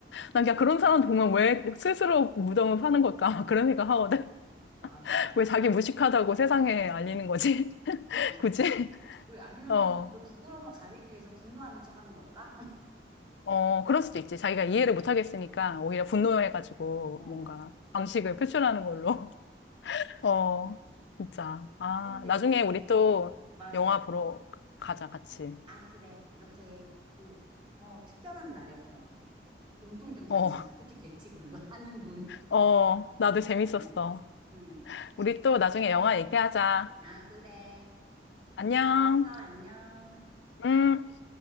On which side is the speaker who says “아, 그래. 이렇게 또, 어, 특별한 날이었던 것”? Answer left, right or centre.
Right